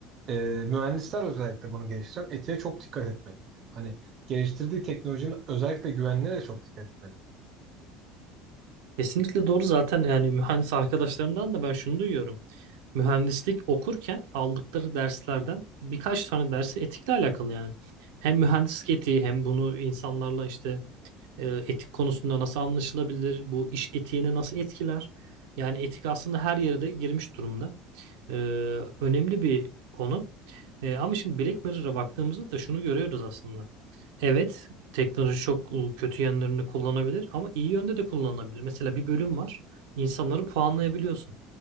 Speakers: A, on the right; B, on the right.
A: E, mühendisler özellikle bunu geliştiren etiğe çok dikkat etmeli. Hani geliştirdiği teknolojinin özellikle güvenliğine de çok dikkat etmeli.
B: Kesinlikle doğru zaten yani mühendis arkadaşlarımdan da ben şunu duyuyorum. mühendislik okurken aldıkları derslerden birkaç tane dersi etikle alakalı yani. Hem mühendislik etiği hem bunu insanlarla işte e, etik konusunda nasıl anlaşılabilir, bu iş etiğini nasıl etkiler. Yani etik aslında her yere de girmiş durumda. E, önemli bir konu. E, ama şimdi Black Mirror'a baktığımızda da şunu görüyoruz aslında. Evet, teknoloji çok e, kötü yönlerini kullanabilir ama iyi yönde de kullanılabilir. Mesela bir bölüm var. İnsanları puanlayabiliyorsun.